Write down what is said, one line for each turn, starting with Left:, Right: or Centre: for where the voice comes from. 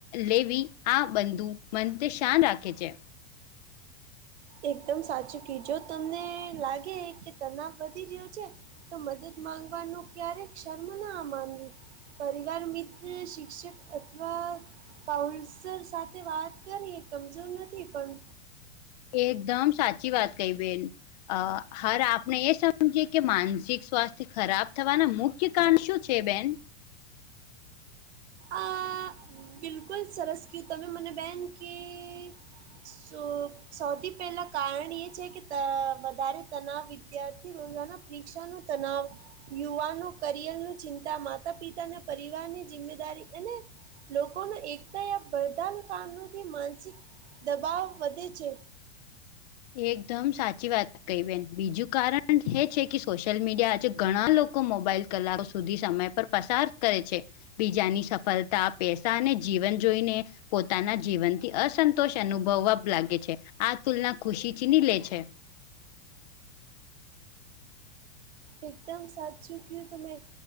Left: લેવી આ બંધુ મનથી શાન રાખે છે.
Right: એકદમ સાચું ક્યો જો તમને લાગે કે તનાવ વધી રીયો છે. તો મદદ માંગવાનું ક્યારેક સર્મ ના માનવી. પરિવાર મિત્ર શિક્ષક અથવા પાઉલસર સાથે વાત કરીએ કમજોર નથી પણ
Left: એકદમ સાચી વાત કહી બેન, અ હર આપને એ સમજીએ કે માનસિક સ્વાસ્થ્ય ખરાબ થવાના મુખ્ય કારણ શું છે બેન?
Right: આ બિલકુલ સરસ ક્યું તમે મને બેન કેય. સો સૌથી પેલા કારણ એ છે કે ત વધારે તનાવ વિદ્યાર્થી રોજાના રિક્ષાનુ તનાવ યુવાનો કરિયરનું ચિંતા, માતા-પિતાના પરિવારની જિમ્મેદારી અને પણ એકતા યા વરદાન કારણોથી માનસિક દબાવ વધે છે.
Left: એકદમ સાચી વાત કહી બેન, બીજું કારણ એ છે કે સોશિયલ મીડિયા આજે ઘણા લોકો મોબાઈલ કલાકો સુધી સમય પર પસાર કરે છે. બીજાની સફલતા પૈસા અને જીવન જોઈને પોતાના જીવનથી અસંતોષ અનુભવવા અબ લાગે છે, આ તુલના ખુશીથીની લે છે.
Right: એકદમ સાચું ક્યું તમે.